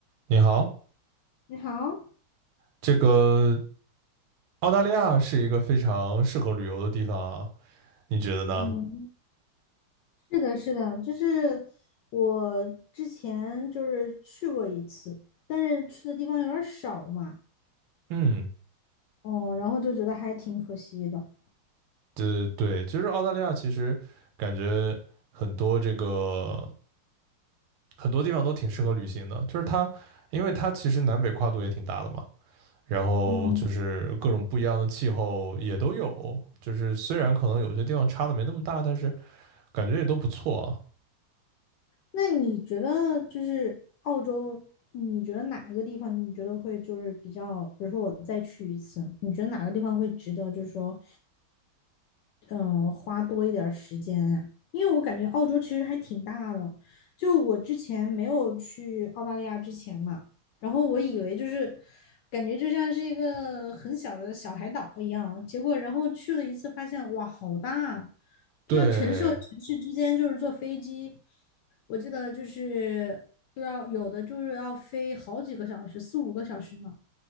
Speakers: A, on the right (about 85°); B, on the left (about 75°).
A: 你好，
B: 你好，
A: 这个澳大利亚是一个非常适合旅游的地方啊，你觉得呢？
B: 嗯，是的，是的，就是我之前就是去过一次，但是去的地方有点儿少嘛，
A: 嗯，
B: 哦，然后就觉得还挺可惜的，
A: 对对，就是澳大利亚其实感觉很多这个很多地方都挺适合旅行的，就是它，因为它其实南北跨度也挺大的嘛，然后就是各种不一样的气候也都有，
B: 嗯，
A: 就是虽然可能有些地方差的没那么大，但是感觉也都不错啊。
B: 那你觉得就是澳洲，你觉得哪一个地方你觉得会就是比较，比如说我再去一次，你觉得哪个地方会值得，就是说，嗯、呃花多一点儿时间呀、因为我感觉澳洲其实还挺大的。就我之前没有去澳大利亚之前嘛，然后我以为就是感觉就像是一个很小的小海岛一样，结果然后去了一次，发现哇，好大啊！就像城市和城市之间，
A: 对，
B: 就是坐飞机，我记得就是都要有的就是要飞好几个小时，四五个小时呢。